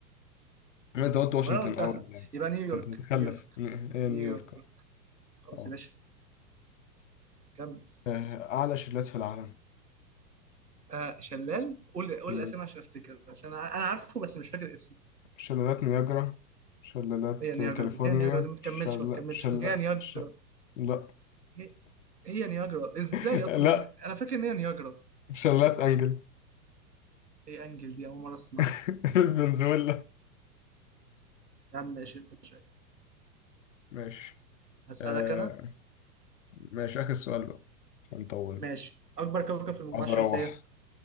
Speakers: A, on the left; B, on the right.
A: ما أنت قلت واشنطن
B: وأنا قلتها
A: أول
B: يبقى نيويورك
A: أنت متخلف
B: نيويورك
A: ن- هي
B: نيويورك
A: نيويورك
B: خلاص
A: أه
B: يا باشا كمل
A: آه، أعلى شلالات في العالم
B: آه شلال قول قول
A: مم.
B: الأسامي عشان أفتكر عشان أنا أنا عارفه بس مش فاكر اسمه
A: شلالات نياجرا شلالات
B: هي نياجرا
A: كاليفورنيا
B: دي هي نياجرا دي ما تكملش
A: شل
B: ما تكملش
A: شل
B: هي نياجرا
A: شل لا
B: هي, هي نياجرا إزاي
A: <laughs>
B: أصلا
A: لا
B: ما هو- أنا فاكر إن هي نياجرا
A: شلالات أنجل
B: هي أنجل دي أول مرة أسمعها
A: <laughs> فنزويلا
B: يا عم ماشي أنت شايف
A: ماشي
B: هسألك
A: آه
B: أنا
A: ماشي آخر سؤال بقى عشان نطول
B: ماشي أكبر كوكب في المجموعة
A: عاوز
B: الشمسية
A: أروح